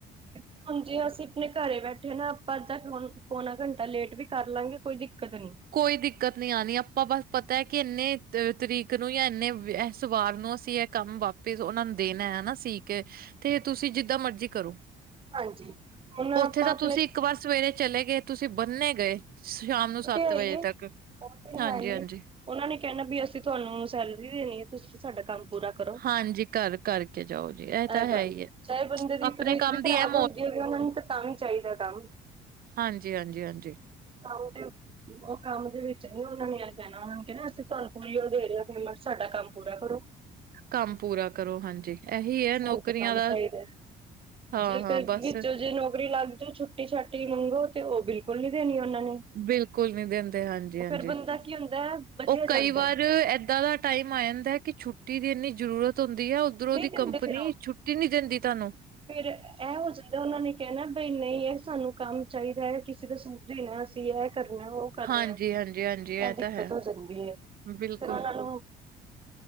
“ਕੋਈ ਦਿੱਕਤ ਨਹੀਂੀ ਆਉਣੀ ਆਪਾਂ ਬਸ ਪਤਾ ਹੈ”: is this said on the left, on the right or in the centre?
Right